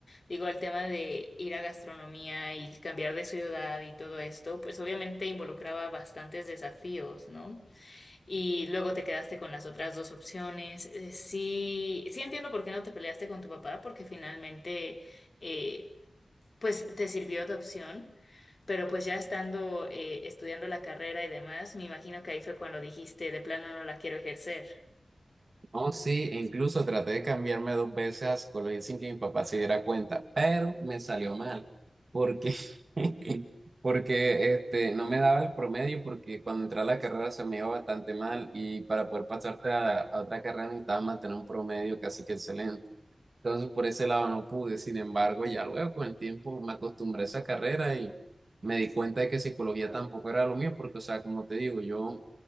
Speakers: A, on the left; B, on the right.
A: Digo, el tema de ir a gastronomía y cambiar de ciudad y todo esto, pues obviamente involucraba bastantes desafíos, ¿no? Y luego te quedaste con las otras dos opciones. Eh, sí, sí entiendo por qué no te peleaste con tu papá, porque finalmente, eh, pues te sirvió tu opción. Pero pues ya estando eh, estudiando la carrera y demás, me imagino que ahí fue cuando dijiste, de plano no la quiero ejercer.
B: Oh, sí, e incluso traté de cambiarme dos veces a psicología sin que mi papá se diera cuenta, pero me salió mal, porque, <laughs> porque este, no me daba el promedio, porque cuando entré a la carrera se me iba bastante mal y para poder pasarte a, a otra carrera necesitaba mantener un promedio casi que excelente. Entonces, por ese lado no pude, sin embargo, ya luego con el tiempo me acostumbré a esa carrera y me di cuenta de que psicología tampoco era lo mío, porque, o sea, como te digo, yo...